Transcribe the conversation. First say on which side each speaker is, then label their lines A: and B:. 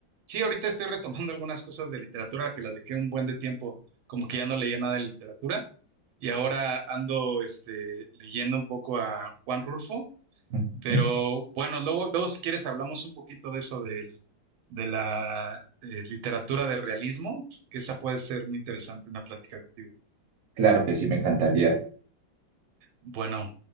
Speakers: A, on the right; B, on the right.
A: sí, ahorita estoy retomando algunas cosas de literatura que la dejé un buen de tiempo, como que ya no leía nada de literatura, y ahora ando, este, leyendo un poco a Juan Rulfo
B: Ujú.
A: Pero bueno, luego, luego si quieres hablamos un poquito de eso del- de la eh, literatura de realismo, que esa puede ser muy interesante una plática contigo.
B: Claro que sí, me encantaría.
A: Bueno,